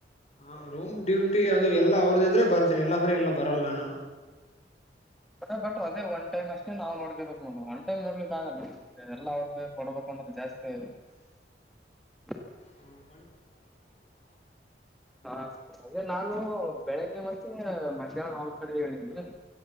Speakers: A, on the left (about 40°); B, in the centre.
A: ಹಾ ರೂಮ್ ಡ್ಯೂಟಿ ಅದು ಎಲ್ಲಾ ಅವ್ರದ್ದ ಇದ್ರೆ ಬರ್ತೇನಿ ಇಲ್ಲಾಂದ್ರೆ ಇಲ್ಲ ಬರಲ್ಲ ನಾನು
B: ಅದ ಬಟ್ ಅದೇ ಒನ್ ಟೈಮ್ ಅಷ್ಟೆ ನಾವು ನೋಡ್ಕೇಬೇಕ್ ನೋಡ ಒನ್ ಟೈಮ್ ನೋಡ್ಲಿಕ್ ಆಗಲ್ಲ ಎಲ್ಲ ಅವ್ರಿಗೆ ಕೊಡ್ಬೇಕುಂದ್ರೆ ಜಾಸ್ತಿ <unintelligible>
A: ಹ್ಮ್
B: ಹಾ ಅಲೇ ನಾನು ಬೆಳಗ್ಗೆ ಮತ್ತೆ ಮಧ್ಯಾಹ್ನ ಅವ ಕಡೆ ಹೇಳಿದ